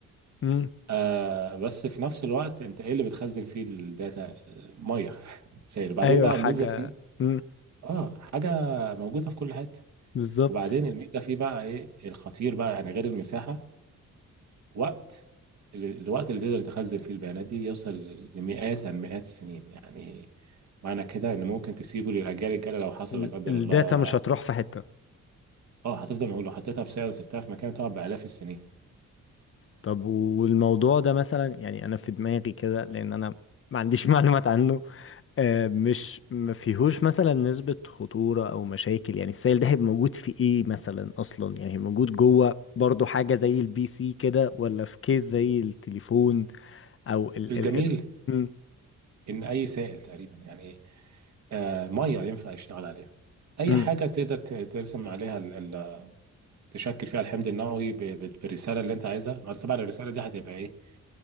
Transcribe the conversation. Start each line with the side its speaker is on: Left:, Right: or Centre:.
Left: مم.
Right: آه بس في نفس الوقت انت ايه اللي بتخزن فيه الداتا آه، ميه سائل وبعدين
Left: أيوة
Right: بقى
Left: حاجة
Right: الميزه فيه
Left: مم.
Right: اه حاجه موجوده في كل حته
Left: بالظبط
Right: وبعدين الميزه فيه بقى ايه الخطير بقى يعني غير المساحه وقت ال- الوقت اللي تقدر تخزن فيه البيانات دي يوصل لمئات عن مئات السنين يعني معنى كده ان ممكن تسيبه للاجيال الجايه لو حصل
Left: ال-
Right: لا قدر
Left: الداتا
Right: الله
Left: مش هتروح في حتة
Right: اه هتفضل معقول لو حطيتها في سائل وسبتها في مكان تقعد بالاف السنين
Left: طب والموضوع ده مثلا يعني انا في دماغي كده لان انا ما عنديش <laughs> معلومات عنه آه، مش ما فيهوش مثلا نسبة خطورة او مشاكل يعني السائل ده هيبقى موجود في ايه مثلا اصلا يعني هيبقى موجود جوه برضو حاجة زي البي سي كده ولا في كيس زي التليفون او ال
Right: الجميل
Left: ال ال مم،
Right: ان اي سائل تقريبا يعني آه، ميه ينفع يشتغل عليها اي
Left: مم،
Right: حاجه تقدر ت- ترسم عليها ال- ال- تشكل فيها الحمض النووي ب- ب- بالرساله اللي انت عايزها ما طبعا الرساله دي هتبقى ايه